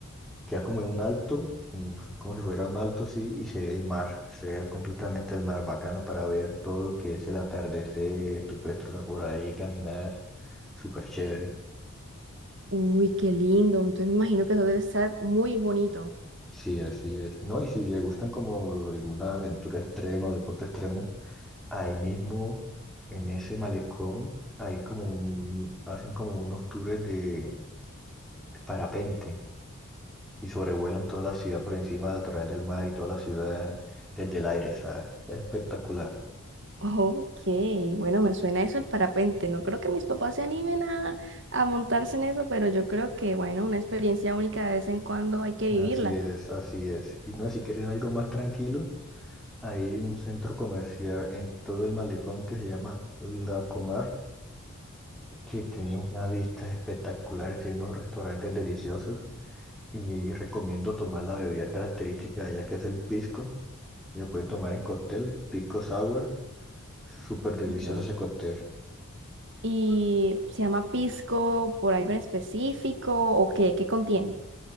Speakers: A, in the centre; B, on the right.
A: queda como en un alto, como, si- como si fuera un alto así, y se ve el mar, se ve completamente el mar, bacano para ver todo lo que es el atardecer, tu puedes trotar por ahí, caminar, súper chévere.
B: Uy, qué lindo. Entonces me imagino que eso debe estar muy bonito.
A: Sí, así es. No, y si le gustan como alguna aventura extrema o deporte extremo, ahí mismo, en ese malecón, hay como un- hacen como unos tours de parapente y sobrevuelan toda la ciudad por encima a través del mar y toda la ciudad desde el aire, ¿sabes? Es espectacular.
B: Ok, bueno, me suena eso el parapente. No creo que mis papás se animen a, a montarse en eso, pero yo creo que, bueno, una experiencia única de vez en cuando hay que
A: Así
B: vivirla.
A: es, así es. Y no, si quieren algo más tranquilo, hay un centro comercial en todo el malecón que se llama La Comar, que tiene unas vistas espectaculares, tiene unos restaurantes deliciosos y recomiendo tomar la bebida característica de allá que es el pisco. Lo pueden tomar en cóctel, pisco sour, súper delicioso
B: Ok.
A: ese cóctel.
B: ¿Y se llama pisco por algo en específico o qué? ¿Qué contiene?